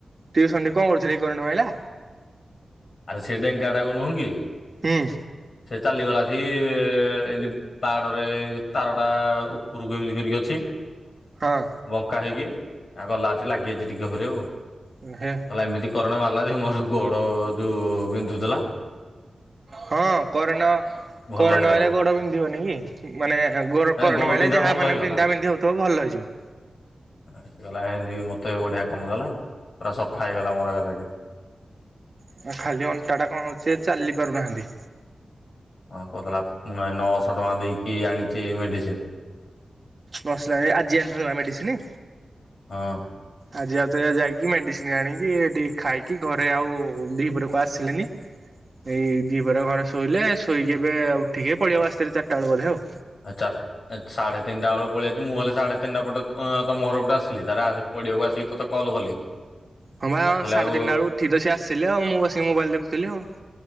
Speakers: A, on the right; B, on the left.
A: ଟିଉସନରେ କଣ କରୁଥୁଲା କି କରେଣ୍ଟ ମାଇଲା?
B: ଆରେ ସିଏ ଡେଙ୍କାଟାକୁ ନୁହୁଁ କି
A: ହୁଁ।
B: ସିଏ ଚାଲିଗଲା ଆସିକି ଏମତି ପାହାଡରେ ଏମତି ତାରଟା ଉ ଉପୁରୁକୁ ଏମିତି କରିକି ଅଛି
A: ହଁ
B: ବଙ୍କା ହେଇକି ଆଉ ଗଲା ଆସି ଲାଗିଯାଇଚି ଟିକେ ହୁରେ ଆଉ।
A: ଉମ୍ ହେ।
B: ଏମିତି କରେଣ୍ଟ ମାରଲା ଯେ ମୋର ଗୋଡ ଯୋଉ ବିନ୍ଧୁଥୁଲା
A: ହଁ କରେଣ୍ଟ ମା
B: ଭଲ
A: କରେଣ୍ଟ
B: ହେଇଗଲା
A: ମାଇଲେ ଗୋଡ ପିନ୍ଧିବନି କି? ମାନେ ଗୋଡ
B: ମାନେ
A: କରେଣ୍ଟ ମାଇଲେ
B: ବିନ୍ଧା
A: ଯାହା
B: ଭଲ
A: ମାନେ
B: ହେଇଗଲା
A: ବିନ୍ଧାବିନ୍ଧି ହୋଉଥୁବ ଭଲ ହେଇଯିବ।
B: ଆ ସେ ଗଲା ଏମତି ମତେ ବଢିଆ କାମ ଦେଲା ପୁରା ସଫା ହେଇଗଲା ମୋର ଏକାଥରକେ।
A: ଆଉ ଖାଲି ଅଣ୍ଟାଟା କଣ ହୋଉଛି ଚାଲି ପାରୁନାହାନ୍ତି।
B: ହଁ କୋହୁଥିଲା ମୁଁ କାଳେ ନଅଶ ଟଙ୍କା ଦେଇକି ଆଣିଚି ମେଡିସିନ।
A: ନଅଶ ଟଙ୍କା ଦେଇ ଆଜି ଏଣଥାନ୍ତା ପା ମେଡିସିନ?
B: ହଁ
A: ଆଜି ଆଉଥରେ ଯାଇକି ମେଡିସିନ ଆଣିକି ଏଟିକି ଖାଇକି ଘରେ ଆଉ ଦିହିପରେ କୁଆ ଆସିଲେନି। ଏଇ ଦିପହରେ ଘରେ ଶୋଇଲେ ଶୋଇକି ଏବେ ଉଠିକେ ଏ ପଡିଆକୁ ଆସିଥିଲେ ଚାରିଟା ବେଳ ବୋଧେ ଆଉ।
B: ଆ ଚା ଏ ସାଢ଼େ ତିନଟା ବେଳକୁ ପଳେଆଇଚି ମୁଁ ହେଲେ ସାଢ଼େ ତିନଟା ପଟେ ଅଁ ତମ ଘର ପଟେ ଆସିଲି ତାରେ ଆସି ପଡ଼ିଆକୁ ଆସିକି ତତେ କଲ୍ କଲି।
A: ହଁ ପା
B: ମୁଁ
A: ଏ ଆମ
B: କହିଲି
A: ସାଢେ
B: ଆଉ
A: ତିନଟା ବେଳକୁ ଉଠିକି ତ ସିଏ ଆିଲେ ଆଉ ମୁଁ ବସିକି ମୋବାଇଲ ଦେଖୁଥୁଲି ଆଉ।